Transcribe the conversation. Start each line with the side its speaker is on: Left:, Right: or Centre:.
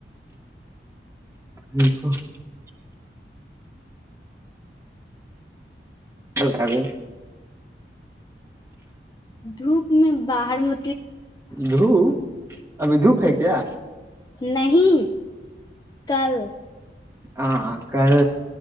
Right: ان کو <unintelligible> چلتا بھی
Left: دھوپ میں باہر م
Right: دھوپ ابھی دھوپ ہے کیا
Left: نہیں کل
Right: ہاں کل